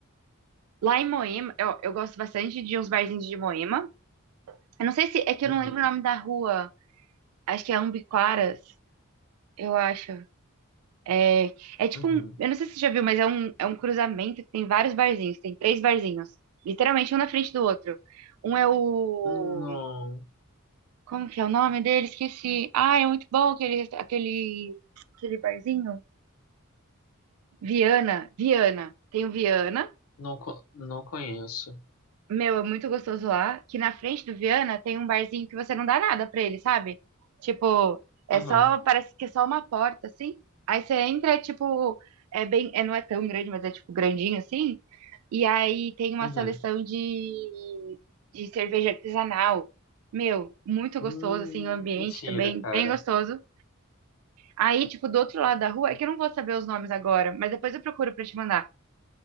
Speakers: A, on the right; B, on the left.
A: lá em Moema, eu, eu gosto bastante de uns barzinhos de Moema. Eu não sei se. É que
B: Uhum,
A: eu não lembro o nome da rua. Acho que é Ambiquaras, eu acho. É, é tipo
B: uhum.
A: um, eu não sei se você já viu, mas é um, é um cruzamento que tem vários barzinhos, tem três barzinhos, literalmente um na frente do outro. Um é o,
B: Não,
A: como que é o nome dele? Esqueci. Ah, é muito bom aquele, resta- aquele, aquele barzinho. Viana, Viana. Tem o Viana.
B: não, co- não conheço.
A: Meu, é muito gostoso lá. Que na frente do Viana tem um barzinho que você não dá nada pra ele, sabe? Tipo, é
B: Aham,
A: só, parece que é só uma porta, assim. Aí você entra, é tipo, é bem, é, não é tão grande, mas é tipo grandinho, assim. E aí tem uma
B: uhum,
A: seleção de, de cerveja artesanal. Meu, muito
B: Hum,
A: gostoso, assim, o ambiente
B: mentira,
A: também,
B: cara.
A: bem gostoso. Aí, tipo, do outro lado da rua, é que eu não vou saber os nomes agora, mas depois eu procuro pra te mandar.